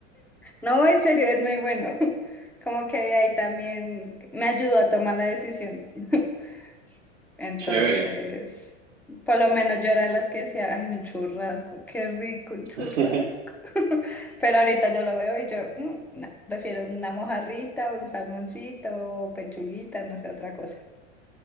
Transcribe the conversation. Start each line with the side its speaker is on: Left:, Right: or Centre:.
Centre: no, en serio, es muy bueno, <laughs> como que de ahí también me ayudó a tomar la decisión. <laughs>
Right: <laughs>
Centre: Entonces,
Right: Chévere.
Centre: por lo menos yo era de las que decía, ay, un churrasco, qué rico un churrasco.
Right: Por
Centre: <laughs> Pero ahorita yo lo veo y yo, "Mm, no, prefiero una mojarrita, un salmoncito, pechuguita, no sé, otra cosa.